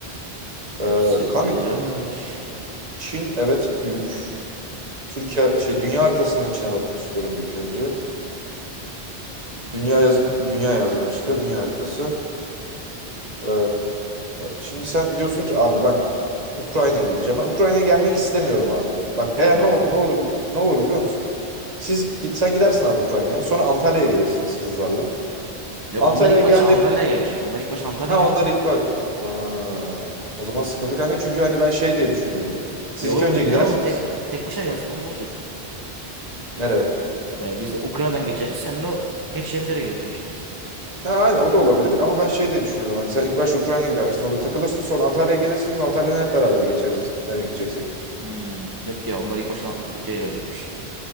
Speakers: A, on the right; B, on the right.
A: Hepsi
B: Ee, kanka
A: birleş.
B: Çin evet büyük. Türkiye şey dünya haritasından Çin'e bakmak istiyorum bir ilk önce. Dünya yazın dünya yazmaya çıktı. Dünya haritası. Ee, şimdi sen diyorsun ki abi ben Ku- Ukrayna'ya gideceğim. Ben Ukrayna'ya gelmeyi istemiyorum abi. Bak
A: Gelme
B: eğer
A: abi.
B: ne, ol- ne
A: be.
B: olur ne olur biliyor musun? Siz git- sen gidersin abi Ukrayna'ya. Sonra Antalya'ya gelirsiniz kızlarla.
A: Yok
B: Antalya'ya
A: onlar ilk başta
B: geldi.
A: Antalya'ya gelecek. Onlar ilk başta Antalya'ya
B: Ha
A: gelecek.
B: onlar ilk baş... Aa, o zaman sıkıntı kanka çünkü hani ben şey diye düşünüyordum. Siz
A: Ne oğlum
B: ilk önce gidersiniz.
A: ne oğlum tek tek başına gidersin oğlum ne olacak?
B: Nereye?
A: Ya biz Ukrayna'dan geçeriz. Sen de o geçeceğimiz yere gelirsin işte.
B: Ha, aynen o da olabilir ama ben şey diye düşünüyordum. Hani sen ilk başta Ukrayna'ya gidersin orada takılırsın sonra Antalya'ya gelirsiniz. Antalya'dan hep beraber geçeriz nereye gideceksek.
A: Hmm, Yok ya onlar ilk başta Türkiye'ye gelecekmiş.